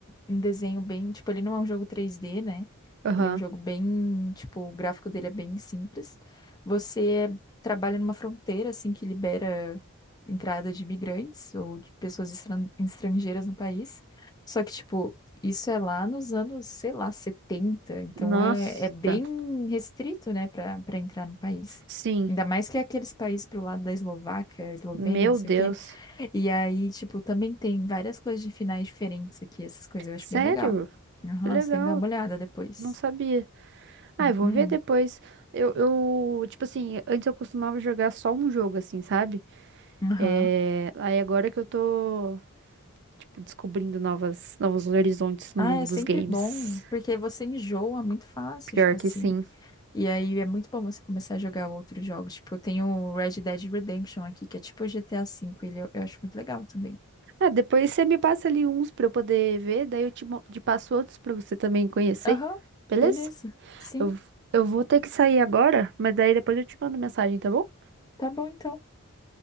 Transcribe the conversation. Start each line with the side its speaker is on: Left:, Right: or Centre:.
Left: um desenho bem. Tipo, ele não é um jogo três d né?
Right: Aham.
Left: Ele é um jogo bem. Tipo, o gráfico dele é bem simples. Você é- trabalha numa fronteira, assim, que libera entrada de imigrantes ou de pessoas estran- estrangeiras no país. Só que, tipo, isso é lá nos anos, sei lá, setenta Então,
Right: Nossa,
Left: é, é bem restrito, né, para para entrar no país.
Right: sim.
Left: Ainda mais que é aqueles países pro lado da Eslováquia, Eslovênia,
Right: Meu
Left: não sei
Right: Deus.
Left: o quê e aí, tipo, também tem várias coisas de finais diferentes aqui, essas coisas eu acho
Right: Sério?
Left: bem legal. Aham,
Right: Que legal,
Left: você tem que dar uma olhada depois.
Right: não sabia. Ah,
Left: Uhum,
Right: eu vou ver depois. Eu, eu, tipo assim, antes eu costumava jogar só um jogo, assim, sabe?
Left: aham.
Right: É... Aí agora que eu tô. Tipo, descobrindo novas, novos horizontes no
Left: Ah,
Right: mundo
Left: é
Right: dos
Left: sempre
Right: games.
Left: bom, porque você enjoa muito fácil,
Right: Pior
Left: tipo
Right: que
Left: assim.
Right: sim.
Left: E aí é muito bom você começar a jogar outros jogos. Tipo, eu tenho o Red Dead Redemption aqui, que é tipo o GTA V, ele eu, eu acho muito legal também.
Right: Ah, depois você me passa ali uns pra eu poder ver, daí eu te, mo- te passo outros pra você também conhecer,
Left: Aham,
Right: beleza?
Left: beleza. Sim,
Right: Eu, eu vou ter que sair agora, mas daí depois eu te mando mensagem, tá bom?
Left: tá bom então.